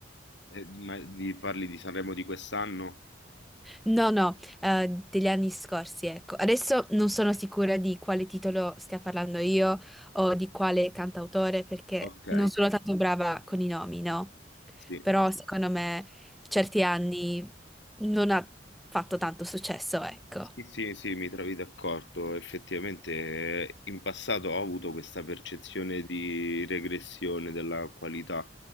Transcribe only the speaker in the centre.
No, no, eh, degli anni scorsi, ecco. Adesso non sono sicura di quale titolo stia parlando io o di quale cantautore, perché
non sono tanto brava con i nomi, no?
Però secondo me certi anni non ha fatto tanto successo, ecco.